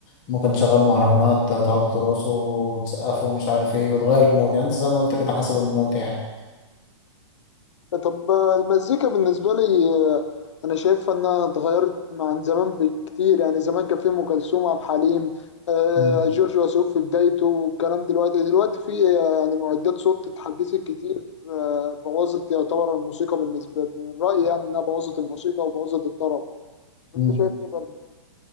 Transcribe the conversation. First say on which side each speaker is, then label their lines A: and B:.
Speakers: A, on the left; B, on the left.
A: ممكن تشغل مهرجانات تقعدوا ترقصوا وتسقفوا ومش عارف ايه بتغير المود يعني انت زي ما قلت كده حسب المود يعني
B: طب المزيكا بالنسبة لي آه، أنا شايفها إنها اتغيرت عن زمان بكتير يعني زمان كان في أم كلثوم عبد الحليم آه،
A: مم.
B: جورج وسوف في بدايته والكلام دلوقتي دلوقتي في آه، يعني معدات صوت اتحدثت كتير آه، بوظت يعتبر الموسيقى بالنسبة لي من رأيي يعني إنها بوظت الموسيقى وبوظت الطرب أنت
A: مم.
B: شايف إيه برضه؟